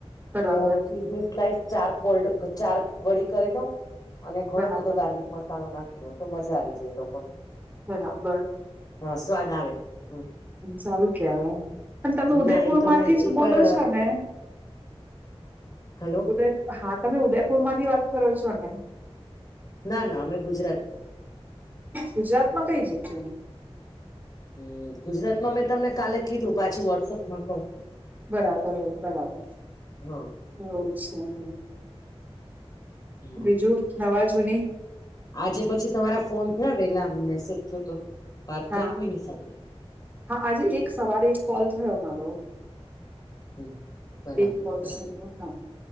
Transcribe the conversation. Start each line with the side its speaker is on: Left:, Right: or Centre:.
Right: બરાબર
Left: તો ચીઝની સ્લાઇસ ચાર ફોલ્ડ, ચાર વળી કરી દઉ, અને ઘણો
Right: બરાબર
Left: બધો ગાર્લિક મસાલો નાખી દો તો મજા આવી જાય લોકો ને
Right: બરાબર.
Left: હા સ્વાદ આવે. હમ
Right: સારું કહેવાય અન તમે ઉદયપુર
Left: ના એ તમે
Right: માંથી જ
Left: એક
Right: બોલો
Left: વાર
Right: છો ને?
Left: હાલો.
Right: ઉદય હા તમે ઉદયપુર માંથી વાત કરો છો ને?
Left: ના ના અમે ગુજરાતથી
Right: ગુજરાતમાં કઈ જગ્યાએ?
Left: હ ગુજરાતમાં મેં તમને કાલે કીધું પાછી વોટ્સપમાં કઉું
Right: બરાબર એવુ બરાબર
Left: હા
Right: એવુ છે, એમ ને
Left: હા
Right: બીજું નવા જૂની
Left: આજે પછી તમારા ફોન થયા વેલા મેસેજ થયો તો વાત
Right: હા
Left: થય કોઈની સાથે?
Right: હા આજે એક સવારે એક કોલ થયો મારો
Left: હમ બરાબર
Right: એક કોલ
Left: બરાબર
Right: થયો હા